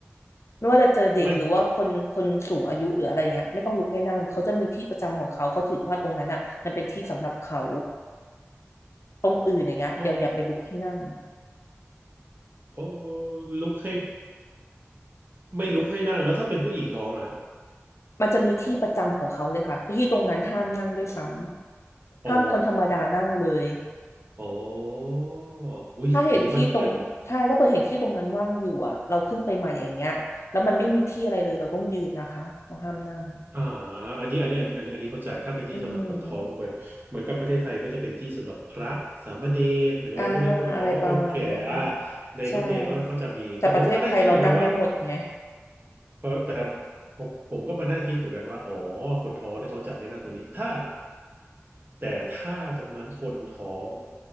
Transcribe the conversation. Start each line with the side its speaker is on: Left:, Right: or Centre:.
Left: ไม่ว่าจะเจอเด็กหรือว่าคนคนสูงอายุหรืออะไรเงี้ยไม่ต้องลุกให้นั่งเขาจะมีที่ประจำของเขาเขาถือว่าตรงนั้นอ่ะมันเป็นที่สำหรับเขา
Right: ไม่
Left: ตรงอื่นอย่างเงี้ยอย่าอย่าไปลุกให้นั่ง
Right: อ๋อ โอ้ลุกให้ไม่ลุกให้นั่งแล้วถ้าเป็นผู้หญิงท้องอ่ะ
Left: มันจะมีที่ประจำของเขาเลยค่ะที่ตรงนั้นห้ามนั่งด้วยซ้ำห้ามคนธรรมดานั่งเลย
Right: อ๋ออ๋ออุ้ยเดี๋ยวนี้มันเดี๋ยว
Left: ถ้าเห็นที่ตรงใช่ถ้าเปิดเห็นที่ตรงนั้นว่างอยู่อ่ะเราขึ้นไปใหม่อย่างเงี้ยแล้วมันไม่มีที่อะไรเลยเราต้องยืนนะคะเราห้ามนั่ง
Right: อ่าอ่าอันนี้อันนี้อันนี้อันนี้เข้าใจถ้าเป็นที่สำหรับคนท้องเหมือนเหมือนกับประเทศไทยก็จะเป็นที่สำหรับพระสามเณรหรืออะไรพวกนี้คนท้องคนแก่อ่า
Left: อืมอ่าอะไรประมาณนั้น
Right: ในรถเมล์เขาเขาจะมีแต่ผมก็มานั่งคิดเหมือนกันว่า
Left: ใช่แต่ประเทศไทยเรานั่งได้หมดไง
Right: เพราะแต่ผมผมก็มานั่งคิดเหมือนกันว่าอ๋อคนท้องเนี่ยเขาจัดให้นั่งตรงนี้ถ้าแต่ถ้าตรงนั้นคนท้อง